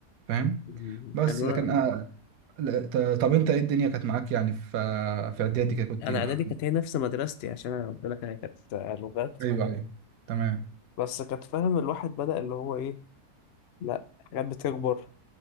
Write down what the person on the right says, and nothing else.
فاهم
بس
لكن آه لا، ت- طب انت ايه الدنيا كانت معاك يعني في في اعدادي كده كنت
ايه
ايوه ايوه تمام